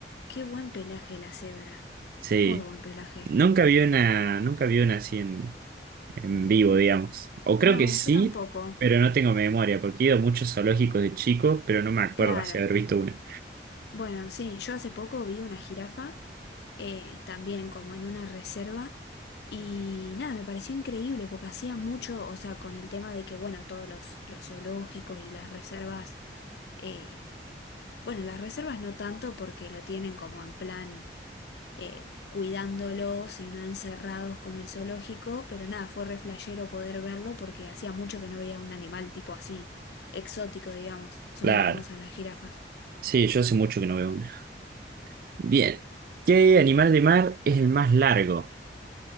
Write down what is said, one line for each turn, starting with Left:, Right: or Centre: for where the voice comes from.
Left: Qué buen pelaje la cebra.
Right: sí.
Left: Muy buen pelaje.
Right: Nunca vi una, nunca vi una así en, en vivo, digamos. O creo
Left: No,
Right: que sí,
Left: yo tampoco.
Right: pero no tengo memoria, porque he ido a muchos zoológicos de chico, pero no me acuerdo
Left: Claro.
Right: así haber visto una.
Left: Bueno, sí, yo hace poco vi una jirafa, eh, también como en una reserva, y nada, me pareció increíble porque hacía mucho, o sea, con el tema de que, bueno, todos los, los zoológicos y las reservas, eh, bueno, las reservas no tanto porque lo tienen como en plan eh, cuidándolos y no encerrados como el zoológico, pero nada, fue re flashero poder verlo porque hacía mucho que no veía un animal tipo así, exótico, digamos. Son
Right: Claro.
Left: hermosas las jirafas.
Right: Sí, yo hace mucho que no veo una. Bien. ¿Qué animal de mar es el más largo?